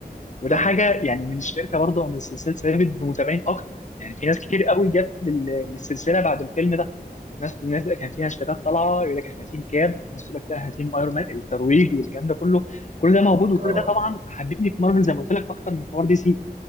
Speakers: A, on the left; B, on the right.
A: وده
B: صح
A: حاجه يعني من الشركه برضه او من السلسله ثابت بمتابعين اكتر يعني في ناس كتير
B: صح
A: قوي جت لل- للسلسله بعد الفيلم ده ناس الناس اللي كان فيها هاشتاجات طالعه يقول لك احنا تيم كاب الناس تقول لك لا احنا تيم ايرون مان الترويج والكلام ده كله كل ده موجود وكل
B: اه
A: ده طبعا حببني في مارفل زي ما قلت لك اكتر من حوار دي سي